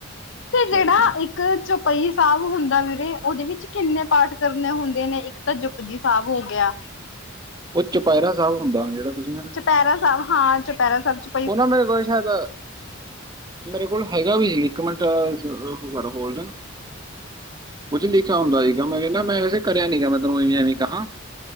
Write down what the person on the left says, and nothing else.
ਤੇ
ਜਿਹੜਾ
ਇੱਕ ਇੱਕ ਚੌਪਈ ਸਾਹਿਬ ਹੁੰਦਾ ਵੀਰੇ, ਉਹਦੇ ਵਿੱਚ ਕਿੰਨੇ ਪਾਠ ਕਰਨੇ ਹੁੰਦੇ ਨੇ ਇੱਕ ਤਾਂ ਜੁਪ ਜੀ ਸਾਹਿਬ ਹੋ ਗਿਆ।
ਚੌਪਹਿਰਾ ਸਾਹਿਬ ਹਾਂ, ਚੌਪਹਿਰਾ ਸਾਹਿਬ 'ਚ